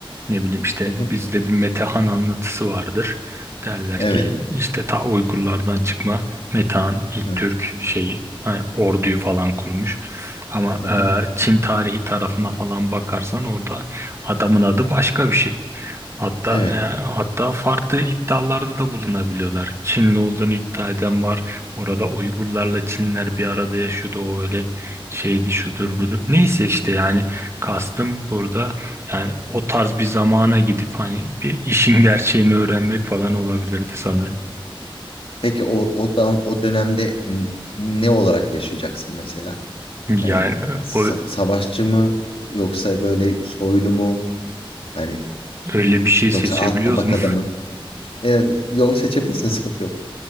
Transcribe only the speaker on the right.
Ne bileyim işte
bizde bir Metehan anlatısı vardır. Derler
ki işte ta Uygurlardan çıkma Metehan ilk
Türk şeyi hani orduyu falan kurmuş. Ama
e, Çin tarihi tarafına falan bakarsan orada adamın adı başka bir şey. Hatta
e, hatta farklı iddialarda da bulunabiliyorlar. Çinli olduğunu iddia eden var. Orada Uygurlarla Çinler bir arada yaşıyordu. O öyle şeydi şudur
budur. Neyse işte yani kastım burada yani o tarz bir zamana gidip hani bir işin gerçeğini öğrenmek falan olabilirdi sanırım.
Yani
e,
o e,
öyle bir şey seçebiliyoruz
mu?